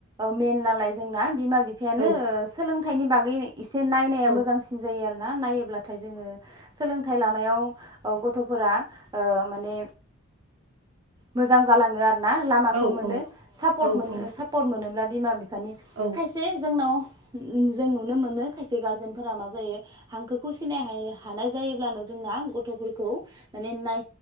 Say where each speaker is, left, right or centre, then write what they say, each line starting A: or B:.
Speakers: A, on the right; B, on the right.
A: मेन नालाय जोंना बिमा बिफायानो
B: औ
A: सोलों थाइनि बागै एसे नायनाया
B: औ
A: मोजांसिन जायो आरो ना-नायोब्लाथाय जोङो सोलोंथाइ लानायाव गथ'फोरा माने मोजां जालाङो आरो ना लामाखौ
B: औ
A: मोनो
B: औ
A: सापर्ट
B: औ
A: मोनो
B: औ
A: सापर्ट मोनोब्ला बिमा-बि मानि
B: औ
A: खायसे जोंनाव जों नुनो मोनो खायसे गारजेनफोरा मा जायो हांखोखौ सिनाय हानाय जायोब्लानो जोंना गथ'फोरखौ माने नाय